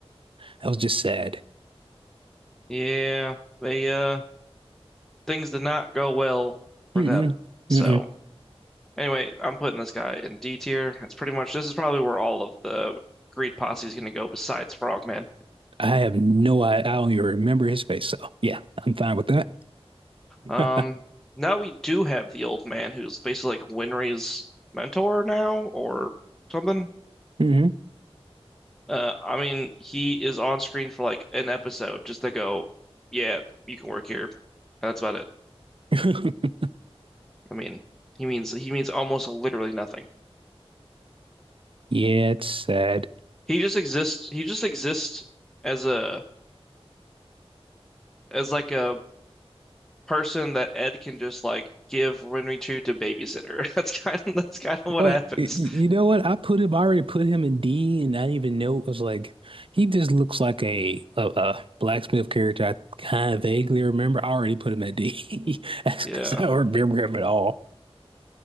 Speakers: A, on the right; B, in the centre.
A: that was just sad.
B: <laughs> yeah they uh things did not go well for
A: Mm-mm,
B: them so
A: mm-mm.
B: anyway I'm putting this guy in D tier that's pretty much this is probably where all of the greed posse is gonna go besides Frogman
A: I have no, I, I don't even remember his face. So yeah, I'm fine with that.
B: um
A: <laughs>
B: now we do have the old man who's basically like Winry's mentor now or something
A: hmm
B: Uh, I mean, he is on screen for like an episode just to go, yeah, you can work here. That's about it.
A: <laughs>
B: I mean, he means he means almost literally nothing.
A: Yeah, it's sad.
B: He just exists. He just exists as a as like a person that Ed can just like give Renry to to babysitter. <laughs> That's kind of that's kind of what
A: What
B: happens.
A: y- you know what? I put him I already put him in D and I didn't even know it was like he just looks like a a, a blacksmith character I kind of vaguely remember. I already put him at D. <laughs> That's
B: Yeah.
A: because I don't remember him at all.